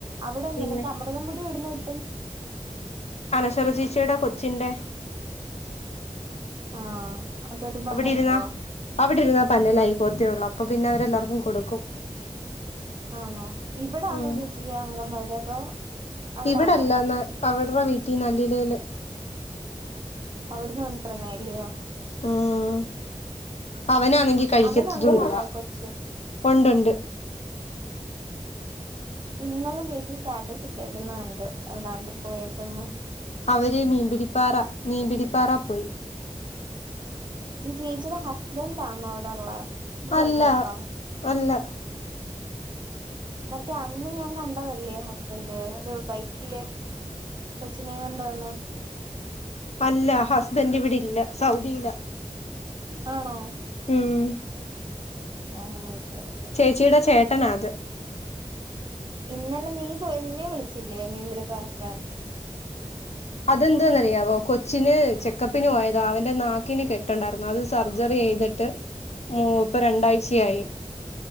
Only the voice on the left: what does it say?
പിന്നെ
അനശ്വര ചേച്ചിയുടെ കൊച്ചിന്റെ
അവിടിരുന്ന അവിടിരുന്നാ പന്നലായി പോത്തേ ഒള്ളൂ അപ്പൊ പിന്നെ അവരെല്ലാവർക്കും കൊടുക്കും
ഉം
ഇവിടല്ല ന അവിരുടെ വീട്ടി നല്ലിലേല്
ആഹ് അവനാണെങ്കി കഴിക്കത്തതുംഇല്ല
ഒണ്ടൊണ്ട്
അവര് മീൻപിടിപ്പാറ മീൻപിടിപ്പാറ പോയി
അല്ല
അല്ല
അല്ല ഹസ്ബൻഡ് ഇവിടെ ഇല്ല സൗദിയില
ഉം
ചേച്ചിയുടെ ചേട്ടന അത്
അതെന്താന്നറിയാവോ കൊച്ചിന് ചെക്കപ്പിന് പോയതാ അവന്റെ നാക്കിന് കെട്ടൊണ്ടായിരുന്നു അത് സർജറി ചെയ്തിട്ട് മൂ ഇപ്പൊ രണ്ടാഴ്ചയായി